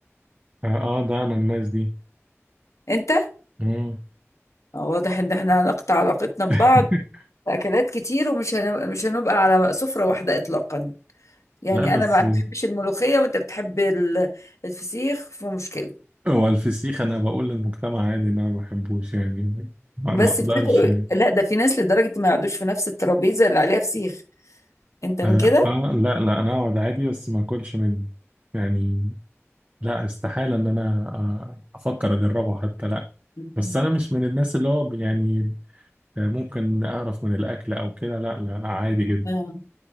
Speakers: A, on the right (about 30°); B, on the left (about 80°).
A: اه آه، ده أنا الناس دي
B: انت
A: مم.
B: واضح ان احنا هنقطع علاقتنا ببعض
A: <laughs>
B: في اكلات كتير ومش هن... مش هنبقى على سفرة واحدة اطلاقا يعني
A: لا بس
B: انا ما بحبش الملوخية وانت بتحب ال- الفسيخ فمشكلة
A: هو الفسيخ انا بقول للمجتمع عادي ان انا ما بحبوش يعني ما
B: بس
A: ما اقدرش
B: بتاكل إيه؟ لا ده في ناس لدرجة ما يقعدوش في نفس الترابيزة اللي عليها فسيخ انت من
A: اه
B: كده
A: آه، لا لا انا اقعد عادي بس ما اكلش منه يعني لا استحالة ان انا آه، افكر اجربه حتى لا
B: <laughs>
A: بس انا مش من الناس اللي هو يعني آه، ممكن اقرف من الاكل او كده لا لا انا عادي جدا
B: اه